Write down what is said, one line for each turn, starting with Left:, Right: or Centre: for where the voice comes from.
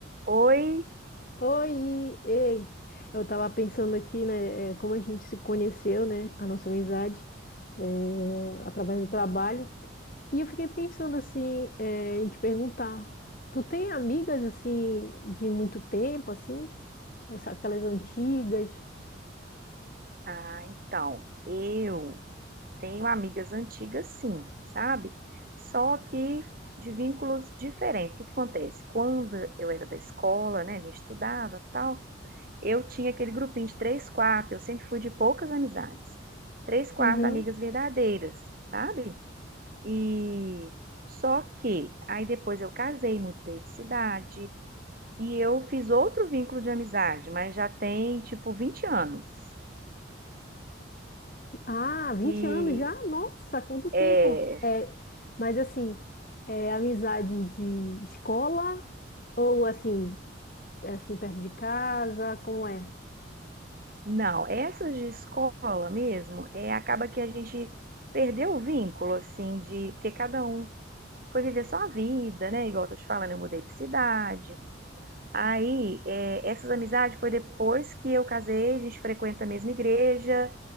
Right: Oi,
Left: Oi, ei, eu tava pensando aqui, né, é, como a gente se conheceu, né, a nossa amizade, é, através do trabalho, e eu fiquei pensando, assim, é, em te perguntar, tu tem amigas, assim, de muito tempo, assim, Essa- aquelas antigas?
Right: ah, então, eu tenho amigas antigas, sim, sabe? Só que de vínculos diferentes. O que acontece? Quando eu era da escola, né, a gente estudava, tal, eu tinha aquele grupinho de três, quatro, eu sempre fui de poucas amizades. Três, quatro
Left: Uhum.
Right: amigas verdadeiras, sabe? E só que aí depois eu casei, mudei de cidade e eu fiz outro vínculo de amizade, mas já tem tipo 20 anos.
Left: Ah, 20
Right: E
Left: anos já? Nossa, quanto tempo!
Right: É,
Left: É, mas, assim, é amizade de escola ou, assim, é, assim, perto de casa, como é?
Right: não, essas de escola mesmo, é, acaba que a gente perdeu o vínculo, assim, de, porque cada um foi viver sua vida, né? Igual eu tô te falando, eu mudei de cidade. Aí, é, essas amizades foi depois que eu casei, a gente frequenta a mesma igreja